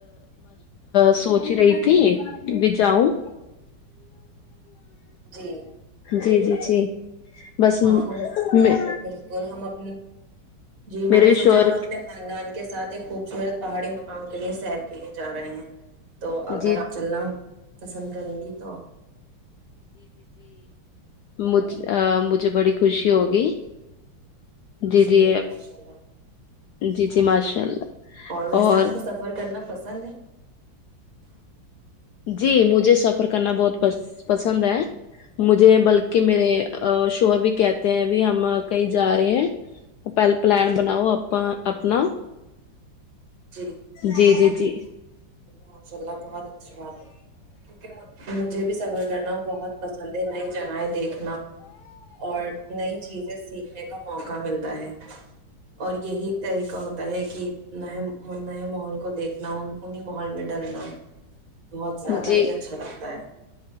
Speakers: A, on the left (about 80°); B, on the right (about 45°).
A: سوچ رہی تھی بھی جاؤں
B: جی
A: جی جی جی بس
B: ہاں ہم
A: میں
B: بالکل ہم اپ جی
A: میرے
B: میں نے
A: بھی
B: سوچا
A: شور
B: ہم اپنے خاندان کے ساتھ خوبصورت پہاڑی مقام کے لیے سیر کے لیے جا رہے ہیں تو اگر
A: جی
B: آپ چلنا پسند کریں گی تو
A: م مجھے بڑی خوشی ہوگی جی
B: اے
A: جی
B: ماشاء اللہ
A: جی جی ماشاء اللہ
B: ویسے
A: اور
B: آپ کو سفر کرنا پسند
A: جی مجھے سفر کرنا بہت پسند ہے مجھے بلکہ میرے شر بھی کہتے ہیں بھی ہم کہیں جا رہے ہیں پہل پلان بناؤ اپ اپنا
B: جی
A: جی جی جی
B: ماشاء اللہ بہت اچھی بات ہے کیونکہ مجھے بھی سفر کرنا بہت پسند ہے ن جگہ ہے دیکھ اور نئی چیزیں سیکھنے کا موقع ملتا ہے اور یہی ایک طریقہ ہوتا ہے کہ نئے نئے ماحول کو دیکھنا ان انیں محول میں ڈلنا بہت زیادہ
A: جی
B: ہی اچھا لگتا ہے